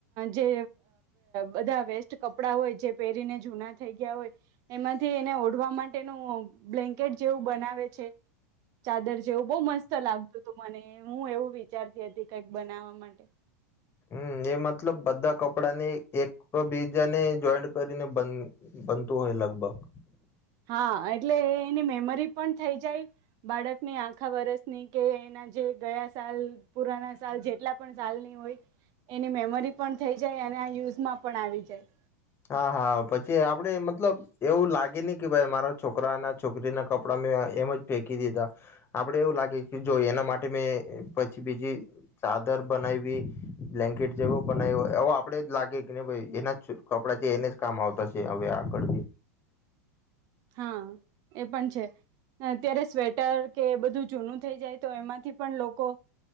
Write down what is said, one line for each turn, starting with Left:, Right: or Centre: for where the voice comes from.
Right: જે બધા વેસ્ટ કપડા હોય જે પહેરીને જૂના થઈ ગયા હોય એમાંથી એને ઓઢવા માટેનું બ્લેન્કેટ જેવું બનાવે છે ચાદર જેવું બો મસ્ત લાગતું હતું મને હું એવું વિચારતી હતી કઈક બનાવા માટે
Left: હમ એ મતલબ બધા કપડા ને એક બીજાને જોઈન્ટ કરીને બનતું હોય લગભગ
Right: હા એટલે એની મેમરી પણ થઈ જાય બાળકની આખા વરસની કે એના જે ગયા સાલ પુરાના સાલ જેટલા પણ સાલની હોય એની મેમરી પણ થઈ જાય અને આ યુઝમાં પણ આવી જાય
Left: હા હા પછી આપડે મતલબ એવું લાગે ની કે ભાઈ મારા છોકરા ના છોકરીના કપડાં મેં એમ જ ફેંકી દીધા આપડે એવું લાગે જો એના માટે મેં પછી બીજી ચાદર બનાવીવી બ્લેન્કેટ જેવો બનાવ્યો એ‌ આપડે જ લાગે કેને ભાઈ એના કપડા છે એને જ કામ આવતા છે હવે આગળ
Right: હા એ પણ છે અત્યારે સ્વેટર કે એ બધું જૂનું થઈ જાય તો એમાંથી પણ લોકો